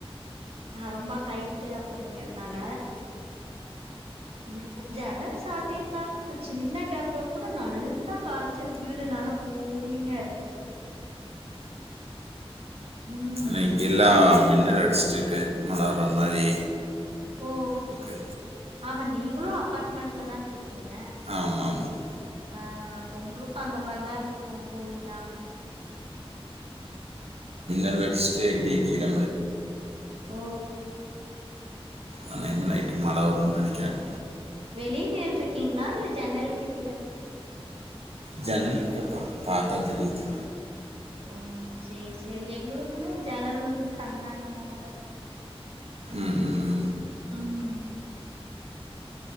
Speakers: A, on the right; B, on the right.
A: ஆஹ் ரொம்ப ஹைட அப்படிங்கறனால இப்ப ஜனல் சாத்திய இருந்தாலும் இந்த சின்ன கேப்ல கூட நல்லா காத்து வீடு நல்லா கூலிங்கா இருக்கு ம்
B: நா இங்கில்லா மின்னல் அடிச்சட்டுருக்கு மனவர மாதிரி
A: ஓ
B: இருக்கு
A: ஆமா நீங்களும் அப்பார்ட்மெண்ட்லதான் இருக்கீங்க
B: ஆமாம் ஆமாம்
A: ஆஹ்ப்ப உங்களுக்கும் அந்த மாதிரிதான் இருக்கும் போலீங்கா
B: அலஸ்டடிதிக்கிற
A: ஓ
B: ஆனால் இனிமேல் நைட்டு
A: உஹ
B: மழை வரும்னு நினைக்கிறேன்
A: வெளிய நட்டு இருக்கீங்களா இல்ல ஜன்னல் கிட்டியா
B: ஜன்னள்கிட்ட பாாரத்தா தெரித்து
A: ஓம் செரி செரி எங்களுக்குமே ஜனல் வந்டு கண்ணாடி மாரி தா இருக்கு
B: ம் ம்
A: ம்